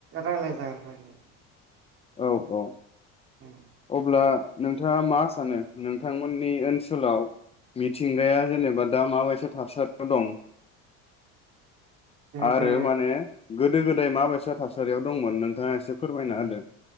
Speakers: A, on the right; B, on the left.
A: रायलाय जागोन रायलाय
B: औ औ
A: <inaudible>
B: अब्ला नोंथाङा मा सानो? नोंथांमोननि ओनसोलाव मिथिंगाया जेनेबा दा माबायसा थासारियाव दं?
A: गोदो
B: आरो माने गो गोदो गोदाय माबायसा थासारियाव दंमोन नोंथाङा एसे फोरमायना होदो।